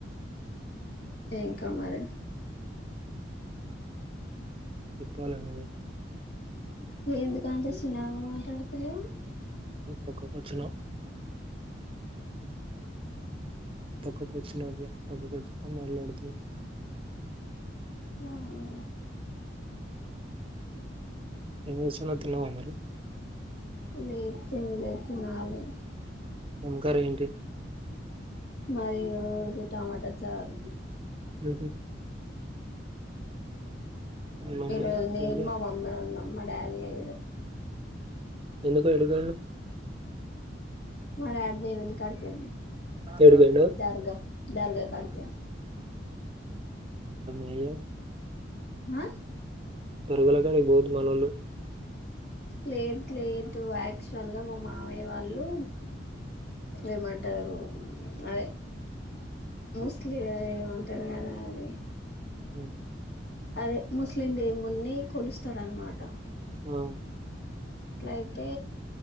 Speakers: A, on the left; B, on the right.
A: ఇంక మరి
B: చెప్పాల నువ్వే
A: ఎందుకు అంత సిన్నగా మాట్లాడుతన్నావ్
B: పక్కకి వచ్చిన పక్కకూ వచ్చున అల్ల పక్కకూ వచ్చిన మాట్లాడు తుంది
A: ఆ ఆ
B: ఏం చేస్తున్నావ్ తిన్నావా మరి
A: లెత్తే ఇంగ తినాలి
B: ఎంకర్రి ఏంటి?
A: మరి ఈ రోజు టమాటా చారు.
B: హ మీ మమ్మీ
A: ఈ రోజు నేమ్మా
B: డాడీ
A: మమ్మ ఉన్నామ్మ డ్యాలయుడు
B: ఎందుకో ఎడిపోను
A: మ ఆడదేవను కడుకడి
B: ఏడికి పోయిండు
A: దర్గా ర్గా కడక
B: అ్య
A: పోయిండు
B: దొరగల కానీ బోద్ మనలు
A: లేదు లేదు యాక్చువల్గా మా మామయ్య వాళ్ళు ఏమంటారు అదే ముస్లి ఏమంటారు కదా అది
B: హ్మ్
A: అ ముస్లిం దవి మున్ని కొలుస్తారన్నమాట
B: ఆ
A: అట్లయితే